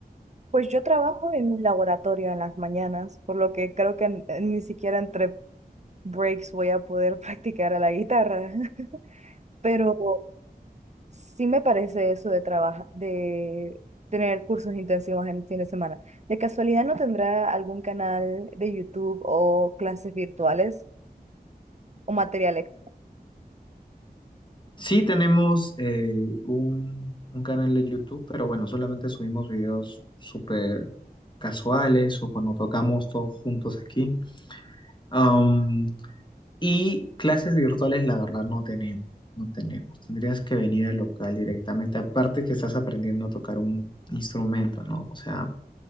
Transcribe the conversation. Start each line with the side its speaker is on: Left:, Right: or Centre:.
Right: Pues yo trabajo en un laboratorio en las mañanas, por lo que creo que n- ni siquiera entre breaks voy a poder <laughs> practicar a la guitarra. <laughs> Pero Sí me parece eso de trabajar, de tener cursos intensivos en el fin de semana. ¿De casualidad no tendrá algún canal de YouTube o clases virtuales o material extra?
Left: Sí, tenemos eh, un, un canal de YouTube, pero bueno, solamente subimos videos súper casuales o cuando tocamos todos juntos aquí. Am, y clases virtuales, la verdad, no tenemos, no tenemos. Tendrías que venir al local directamente, aparte que estás aprendiendo a tocar un instrumento, ¿no? O sea,